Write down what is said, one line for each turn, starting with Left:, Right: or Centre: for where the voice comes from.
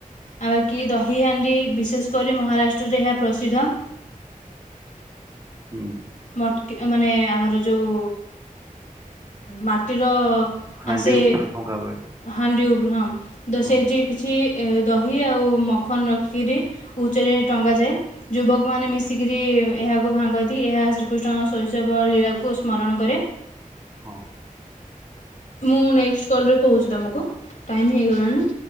Left: ଆଉ ବାକି ଦହିହାଣ୍ଡି ବିଶେଷ କରି ମହାରାଷ୍ଟ୍ରରେ ଏହା ପ୍ରସିଦ୍ଧ।
Right: ହୁଁ।
Left: ମଟକି ମାନେ ଆମର ଯୋଉ ମାଟିର ଅ
Right: ହାଣ୍ଡି
Left: ଆସେ
Right: ଉପରେ ଫଙ୍ଗା ହୁଏ
Left: ହାଣ୍ଡି ଉପରେ ହଁ ଦ
Right: ହଁ
Left: ସେଇଠି କିଛି ଦହି ଆଉ ମଖନ୍ ରଖିକିରି ଉଚ୍ଚରେ ଟଙ୍ଗାଯାଏ। ଯୁବକ ମାନେ ମିଶିକିରି ଏହାକୁ ଭାଙ୍ଗନ୍ତି, ଏହା ଶ୍ରୀ ଶ୍ରୀକୃଷ୍ଣ ଶୈଶବ ଲୀଳାକୁ ସ୍ମରଣ କରେ।
Right: ହଁ।
Left: ମୁଁ ନେକ୍ସଟ୍ କଲ୍ ରେ କହୁଛି ତମକୁ ଟାଇମ୍ ହେଇଗଲାଣି।